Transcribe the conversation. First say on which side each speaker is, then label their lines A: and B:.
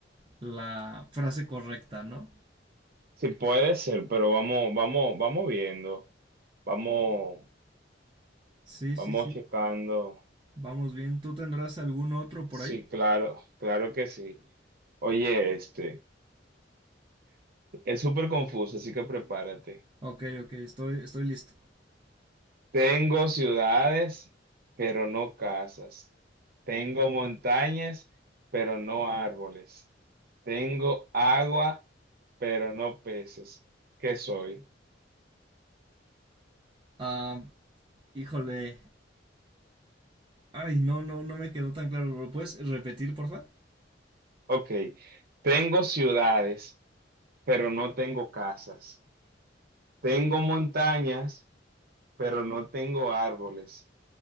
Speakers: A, on the right; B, on the right.
A: la frase correcta, ¿no?
B: sí puede ser, pero vamos, vamos, vamos viendo, vamos,
A: Sí,
B: vamos
A: sí, sí.
B: checando.
A: Vamos bien. ¿Tú tendrás algún otro por
B: Sí,
A: ahí?
B: claro, claro que sí. Oye, este. Es súper confuso, así que prepárate.
A: Ok, ok, estoy, estoy listo.
B: Tengo ciudades, pero no casas. Tengo montañas, pero no árboles. Tengo agua, pero no peces. ¿Qué soy?
A: Ah, híjole. Ay, no, no, no me quedó tan claro. ¿Lo puedes repetir, porfa?
B: Ok. Tengo ciudades, pero no tengo casas. Tengo montañas, pero no tengo árboles.